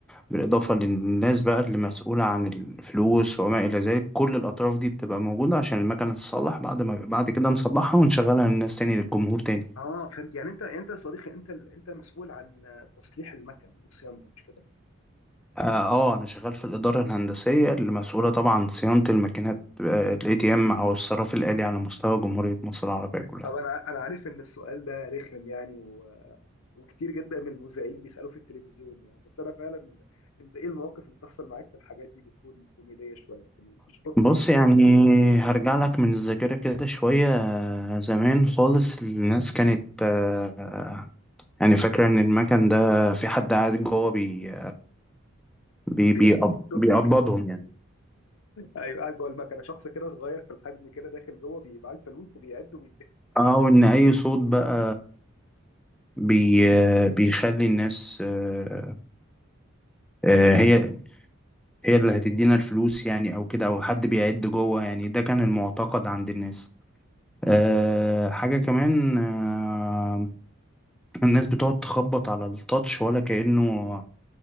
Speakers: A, in the centre; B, on the left.
A: بالإضافة للناس بقى اللي مسؤولة عن الفلوس وما إلى ذلك كل الأطراف دي بتبقى موجودة عشان المكنة تتصلح بعد ما بعد كده نصلحها ونشغلها للناس تاني للجمهور تاني
B: اه فهمت يعني انت انت يا صديقي انت ال- انت مسؤول عن تصليح المكن وصيانته مش كده؟
A: اه آه، انا شغال في الاداره الهندسيه المسؤوله طبعا عن صيانه الماكينات الاي تي ام او الصراف الالي على مستوى جمهوريه مصر العربيه كلها
B: طب انا انا عارف ان السؤال ده رخم يعني و... وكتير جدا من المذيعين بيسالوه في التلفزيون يعني بس انا فعلا انت ايه المواقف اللي بتحصل معاك في الحاجات دي بتكون كوميديه شويه في ال- في الشغل
A: بص
B: يعني
A: يعني هرجع لك من الذاكره كده شويه آه، زمان خالص الناس كانت آه، يعني فاكره ان المكن ده في حد قاعد جوه بي بي
B: <laughs>
A: بيقب- بيقبضهم
B: فلوس
A: يعني
B: ايوه قاعد جوه المكنه شخص كده صغير في الحجم كده داخل جوه بيبقى الفلوس وبيعد وبيدي
A: اه وان اي صوت بقى بي آه، بيخلي الناس آه، آه، هي هي اللي هتدينا الفلوس يعني او كده او حد بيعد جوه يعني ده كان المعتقد عند الناس أه حاجة كمان أه الناس بتقعد تخبط على التاتش ولا كأنه